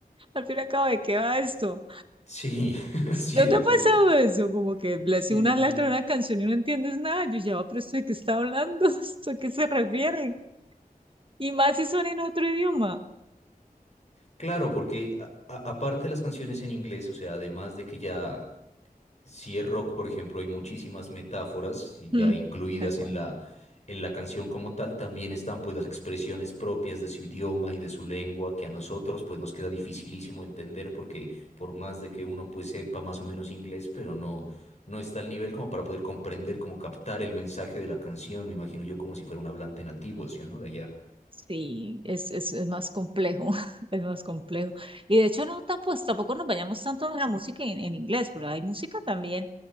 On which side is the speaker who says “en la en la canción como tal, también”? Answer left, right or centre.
Left